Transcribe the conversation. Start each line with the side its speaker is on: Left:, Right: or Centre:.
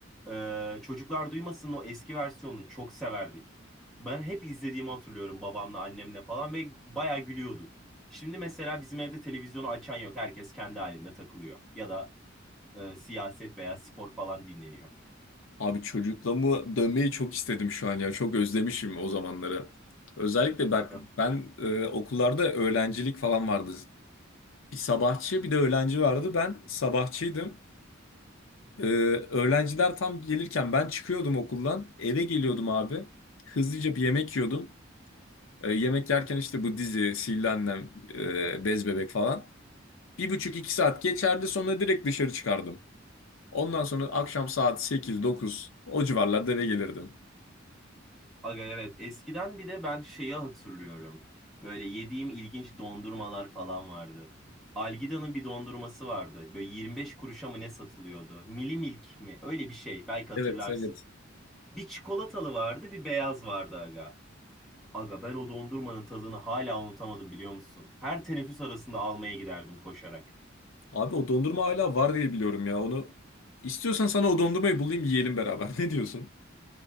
Centre: e, Çocuklar Duymasın'ın o eski versiyonunu çok severdik. Ben hep izlediğimi hatırlıyorum babamla annemle falan ve bayağı gülüyorduk. Şimdi mesela bizim evde televizyonu açan yok. Herkes kendi halinde takılıyor. Ya da e, siyaset veya spor falan dinleniyor.
Left: Abi çocukluğumu dönmeyi çok istedim şu an ya. Çok özlemişim o zamanları. Özellikle bak
Centre: Aga,
Left: ben e, okullarda öğrencilik falan vardı. Bir sabahçı bir de öğlenci vardı. Ben sabahçıydım. E, öğrenciler tam gelirken ben çıkıyordum okuldan. Eve geliyordum abi. Hızlıca bir yemek yiyordum. E, yemek yerken işte bu dizi, Sihirli Annem, e, Bez Bebek falan. Bir buçuk iki saat geçerdi sonra direkt dışarı çıkardım. Ondan sonra akşam saat sekiz dokuz o civarlarda eve gelirdim.
Centre: aga evet eskiden bir de ben şeyi hatırlıyorum. Böyle yediğim ilginç dondurmalar falan vardı. Algida'nın bir dondurması vardı. Böyle 25 kuruşa mı ne satılıyordu? Mili Milk mi? Öyle bir şey. Belki hatırlarsın.
Left: Evet, evet.
Centre: Bir çikolatalı vardı, bir beyaz vardı aga. Aga ben o dondurmanın tadını hala unutamadım biliyor musun? Her teneffüs arasında almaya giderdim koşarak.
Left: Abi o dondurma hala var diye biliyorum ya. Onu istiyorsan sana o dondurmayı bulayım yiyelim beraber. <laughs> Ne diyorsun?